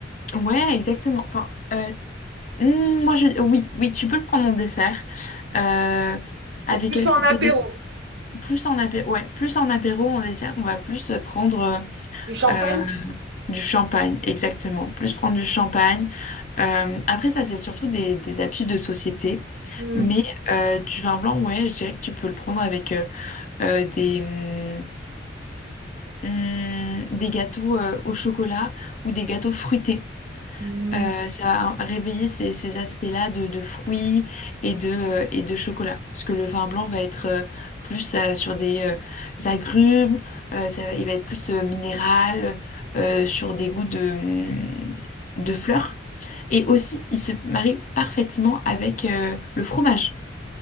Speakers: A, on the left; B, on the right.
A: ouais, exactement. Enfin, euh, hmm, moi, je, oui, oui, tu peux le prendre en dessert. Euh, avec
B: Ou plus
A: quel
B: en
A: type
B: apéro?
A: de dé- plus en apéro, ouais, plus en apéro, en dessert, on va plus prendre euh,
B: Du champagne?
A: euh, du champagne, exactement. Plus prendre du champagne. Euh, après, ça, c'est surtout des, des habitudes de société.
B: Hmm.
A: Mais euh, du vin blanc, ouais, je dirais que tu peux le prendre avec euh, euh, des, hum, hum, des gâteaux euh, au chocolat ou des gâteaux fruités.
B: Hmm.
A: Euh, ça va réveiller ces, ces aspects-là de, de fruits et de, euh, et de chocolat. Parce que le vin blanc va être euh, plus euh, sur des euh, agrumes, euh, ça va- il va être plus euh, minéral, euh, sur des goûts de, mm, de fleurs. Et aussi, il se marie parfaitement avec euh, le fromage.